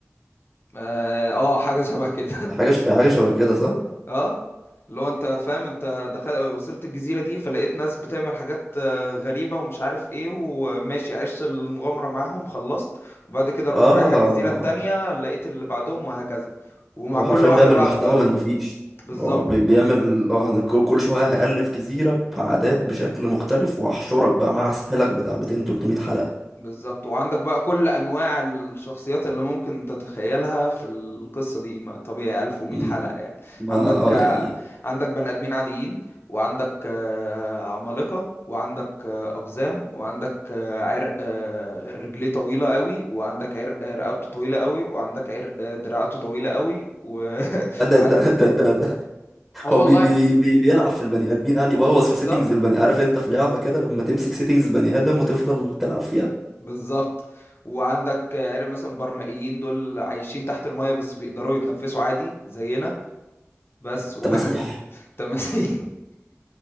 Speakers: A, on the left; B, in the centre.
A: اه آه، حاجة شبه كده <laughs>
B: حاجه ش... حاجه شبه كده صح
A: اه اللي هو انت فاهم انت دخلت وصلت الجزيرة دي فلقيت ناس بتعمل حاجات آه، غريبة ومش عارف ايه وماشي عشت المغامرة معاهم خلصت وبعد كده رحت
B: اه
A: رايح على الجزيرة التانية لقيت اللي بعدهم وهكذا ومع
B: هو
A: كل
B: حرفيا
A: واحدة
B: بيعمل
A: بقى
B: محتوى
A: بتقرب
B: من مفيش
A: بالظبط
B: هو بي- بيعمل اه انا كل كل شويه هألف جزيره بعادات بشكل مختلف واحشرك بقى مع سحلك بتاع 200 300 حلقه
A: بالظبط وعندك بقى كل انواع الشخصيات اللي ممكن تتخيلها في القصه دي ما طبيعي 1100
B: مم.
A: حلقه يعني
B: ما
A: عندك
B: اه
A: آه،
B: يعني
A: عندك بني ادمين عاديين وعندك آه، عمالقه وعندك آه، اقزام وعندك آه، عرق آه، رجليه طويله قوي وعندك عرق آه، رقبته طويله قوي وعندك عرق آه، دراعاته طويله قوي و... <laughs>
B: <laughs> ده
A: وعندك
B: ده ده ده, ده.
A: اه
B: هو
A: والله
B: بي بي بي بيلعب في البني ادمين قاعد يبوظ
A: بالظبط
B: في سيتنجز البني عارف انت في لعبه كده لما تمسك سيتنجز بني ادم وتفضل تلعب فيها
A: بالظبط وعندك آه، عرق مثلا برمائيين دول عايشين تحت المايه بس بيقدروا يتنفسوا عادي زينا بس و...
B: تماسيح
A: <laughs> تماثيل